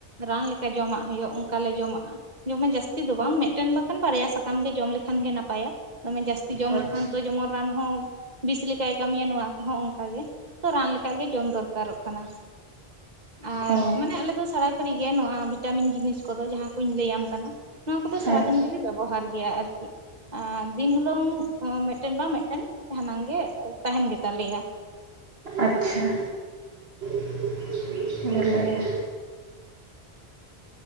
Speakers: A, on the right (about 45°); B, on the right (about 75°).
A: ᱨᱟᱱ ᱞᱮᱠᱟ ᱡᱚᱢᱟᱜ ᱦᱩᱭᱩᱜ ᱚᱱᱠᱟᱞᱮ ᱡᱚᱢᱟᱜᱼᱟ ᱡᱚᱢᱮ ᱡᱟᱹᱥᱛᱤ ᱫᱚ ᱵᱟᱝ ᱢᱤᱫᱴᱮᱱ ᱵᱟ ᱠᱷᱟᱱ ᱵᱟᱨᱭᱟ ᱥᱟᱠᱟᱢ ᱜᱮ ᱡᱚᱢ ᱞᱮᱠᱷᱟᱱ ᱜᱮ ᱱᱟᱯᱟᱭᱟ ᱫᱚᱢᱮ ᱡᱟᱹᱥᱛᱤ ᱡᱚᱢ
B: ᱟᱪᱪᱷᱟ
A: ᱞᱮᱠᱷᱟᱱ ᱛᱚ ᱡᱮᱢᱚᱱ ᱨᱟᱱ ᱦᱚᱸ ᱵᱤᱥ ᱞᱮᱠᱟᱭ ᱠᱟᱹᱢᱤᱭᱟ ᱱᱚᱣᱟ ᱠᱚᱦᱚᱸ ᱚᱱᱠᱟᱜ ᱜᱮ ᱛᱚ ᱨᱟᱱ ᱞᱮᱠᱟ ᱜᱮ ᱡᱚᱢ ᱫᱚᱨᱠᱟᱨᱚᱜ ᱠᱟᱱᱟ ᱟᱨ
B: ᱚ ᱦᱮᱸ
A: ᱢᱟᱱᱮ ᱟᱞᱮᱫ ᱫᱚ ᱥᱟᱨᱟ ᱜᱷᱟᱹᱲᱤᱡ ᱜᱮ ᱱᱚᱣᱟ ᱵᱷᱤᱴᱟᱢᱤᱱ ᱡᱤᱱᱤᱥ ᱠᱚᱫᱚ ᱡᱟᱦᱟᱸ ᱠᱚᱧ ᱞᱟᱹᱭᱟᱢ ᱠᱟᱱᱟ ᱱᱚᱣᱟ ᱠᱚᱫᱚ
B: ᱦᱮᱸ
A: ᱥᱟᱨᱟᱫᱤᱱ ᱜᱮᱞᱮ ᱵᱮᱵᱚᱦᱟᱨ ᱜᱮᱭᱟ ᱟᱨᱠᱤ ᱟᱨ ᱫᱤᱱ ᱦᱩᱞᱹᱝ ᱢᱤᱫᱴᱮᱱ ᱵᱟᱝ ᱢᱤᱫᱴᱮᱱ ᱡᱟᱦᱟᱱᱟᱝ ᱜᱮ ᱛᱟᱦᱮᱱ ᱜᱮᱛᱟᱞᱮᱭᱟ
B: ᱟᱪᱪᱷᱟ <inaudible> ᱞᱟᱹᱭᱟ